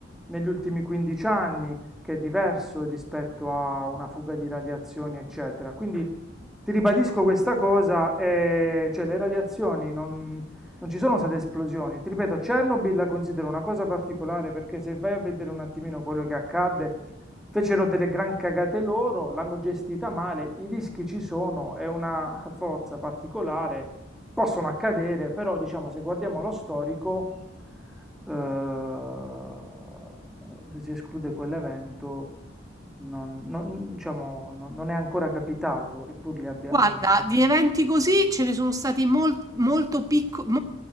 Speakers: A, in the centre; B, on the right.
A: negli ultimi 15 anni, che è diverso rispetto a una fuga di radiazioni, eccetera. Quindi ti ribadisco questa cosa, eh, cioè le radiazioni non, non ci sono state esplosioni. Ti ripeto, Chernobyl la considero una cosa particolare perché se vai a vedere un attimino quello che accadde, fecero delle gran cagate loro, l'hanno gestita male, i rischi ci sono, è una forza particolare possono accadere, però diciamo se guardiamo lo storico, eh, se si esclude quell'evento, non, non- diciamo, non- non è ancora capitato, eppur li abbia...
B: Guarda,
A: la-
B: di eventi così ce ne sono stati mol- molto piccoli,